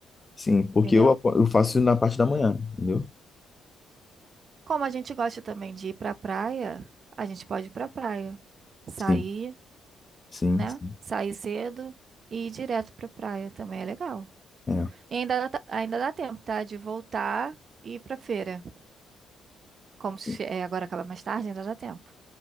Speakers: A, on the left; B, on the right.
A: Sim, porque
B: entendeu?
A: eu, apo- eu faço na parte da manhã, entendeu?
B: Como a gente gosta também de ir pra praia, a gente pode ir pra praia. Sair,
A: Sim, sim,
B: né?
A: sim.
B: Sair cedo e ir direto pra praia também é legal.
A: É.
B: E ainda dá, ainda dá tempo, tá? De voltar e ir pra feira. Como
A: Sim.
B: se- é, agora acaba mais tarde, ainda dá tempo.